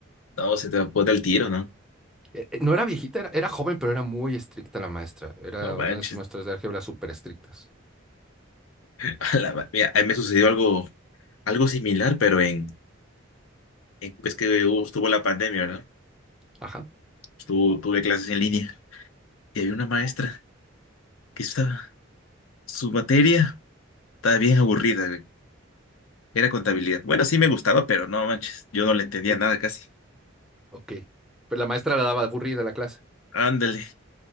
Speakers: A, on the left; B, in the centre.
A: No, se te bota el tiro, ¿no?
B: Eh, eh, No era viejita, era, era joven, pero era muy estricta la maestra. Era
A: No manches.
B: una de esas maestras de álgebra súper estrictas.
A: A la ma- Mira, a mí me sucedió algo, algo similar, pero en, en pues que hubo- estuvo la pandemia, ¿verdad?
B: Ajá.
A: Estuvo, tuve clases en línea y había una maestra que estaba Su materia estaba bien aburrida, güey. Era contabilidad. Bueno, sí me gustaba, pero no manches, yo no le entendía
B: D-
A: nada casi.
B: ok. Pero la maestra la daba aburrida la clase.
A: Ándale.